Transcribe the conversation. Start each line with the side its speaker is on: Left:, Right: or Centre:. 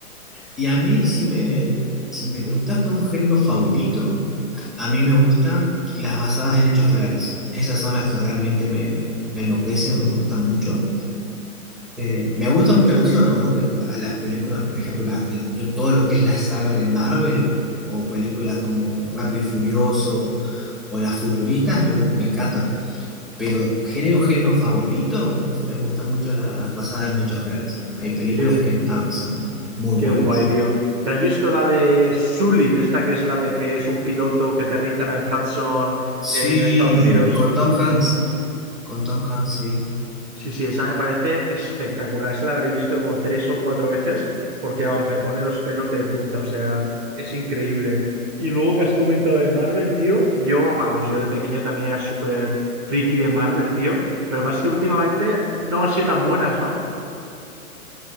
Centre: Y a mí, si me, si me preguntás por un género favorito, a mí me gustan las basadas en hechos reales. Esas son las que realmente me, me enloquecen, me gustan mucho. Eh, me gusta mucho la acción, ojo que la- las películas, por ejemplo, la- el- to- todo lo que es la saga de Marvel o películas como Rápido y Furioso o las futuristas me, gust- me encantan. Pero género, género favorito, me gusta mucho las basadas en hechos reales. Hay películas
Right: Qué,
Centre: que, nada, que son muy
Right: qué
Centre: buenas.
Right: guay, tío. ¿Te has visto la de Sully, esta que es la de que es un piloto que aterriza en el Hudson
Centre: Sí,
Right: eh, en Estados Unidos?
Centre: con Tom Hanks, con Tom Hanks, sí.
Right: Sí, sí, esa me parece espectacular. Esa la habré visto como tres o cuatro veces porque, vamos, me pone los pelos de punta, o sea, es increíble. Y luego que has comentado de Marvel, tío, yo, vamos, yo de pequeño también era súper friki de Marvel, tío, pero más que últimamente no han sido tan buenas, ¿no?